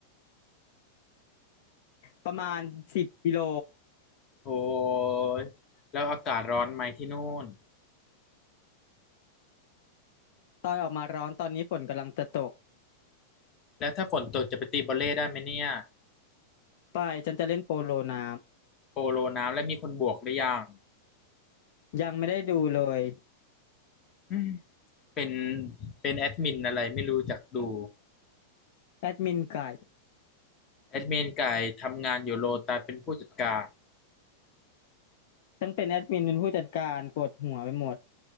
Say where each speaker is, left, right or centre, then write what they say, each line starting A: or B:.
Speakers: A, on the left; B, on the left.
A: ประมาณสิบกิโล
B: โอ้ยแล้วอากาศร้อนไหมที่นู่น
A: ตอนออกมาร้อนตอนนี้ฝนกำลังจะตก
B: แล้วถ้าฝนตกจะไปตีบอลเล่ได้ไหมเนี่ย
A: ไปฉันจะเล่นโปโลน้
B: โปโลน้ำและมีคนบวกหรือยัง
A: ำยังไม่ได้ดูเลย
B: อืมเป็นเป็นแอดมินอะไรไม่รู้จักดู
A: แอดมินไก่
B: แอดมินไก่ทำงานอยู่โลตัสเป็นผู้จัดการ
A: ต้องเป็นแอดมินเป็นผู้จัดการปวดหัวไปหมด